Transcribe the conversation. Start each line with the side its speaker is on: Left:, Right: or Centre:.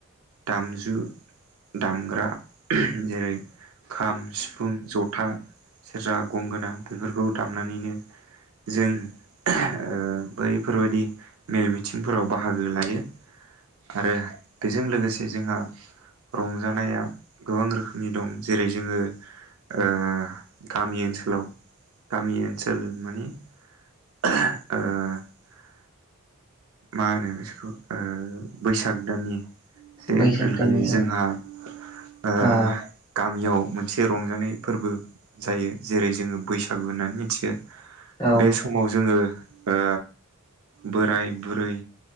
Right: दामजु दामग्रा जेरै खाम सिफुं जथा सेरजा गंगोना बेफोरखौ दामनानैनो जों ओ बैफोरबायदि मेल मिथिंफोराव बाहागो लायो। आरो बेजों लोगोसे जोंहा रंजानाया गोबां रोखोमनि दं जेरै जोङो ओ गामि ओनसोलाव गामि ओनसोल माने ओ मा होनो बिसोरखौ ओ बैसाग दाननि से
Left: बैसाग
Right: एप्रिल
Left: दाननि
Right: खालि जोंहा
Left: औ
Right: ओ गा
Left: औ
Right: गामियाव मोनसे रंजानाय फोरबो जायो जेरै जोङो बैसागु होननानै मिथियो।
Left: औ
Right: बे समाव जोङो ओ बोराय बुरै